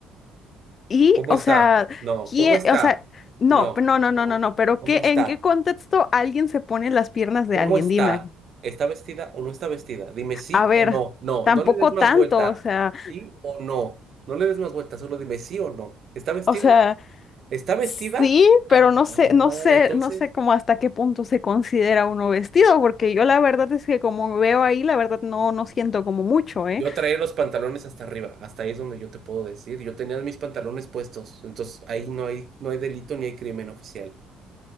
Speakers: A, on the left (about 50°); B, on the right (about 55°).
A: Y,
B: ¿Cómo
A: o
B: está?
A: sea,
B: No,
A: ¿quién,
B: ¿cómo está?
A: o sea, no,
B: No,
A: no, no,
B: no,
A: no, no, no, pero
B: ¿cómo
A: ¿qué,
B: está?
A: en qué contexto alguien se pone en las piernas de
B: ¿Cómo
A: alguien?
B: está?
A: Dime,
B: ¿Está vestida o no está vestida? Dime sí
A: a ver,
B: o no. No,
A: tampoco
B: no le des más
A: tanto,
B: vuelta.
A: o sea,
B: ¿Sí o no? No le des más vuelta, solo dime sí o no. ¿Está vestida?
A: o sea,
B: Está vestida.
A: sí,
B: Ah,
A: pero no sé, no sé,
B: entonces
A: no sé cómo hasta qué punto se considera uno vestido, porque yo la verdad es que como veo ahí, la verdad no, no siento como mucho, ¿eh?
B: yo traía los pantalones hasta arriba. Hasta ahí es donde yo te puedo decir. Yo tenía mis pantalones puestos. Entonces ahí no hay, no hay delito ni hay crimen oficial.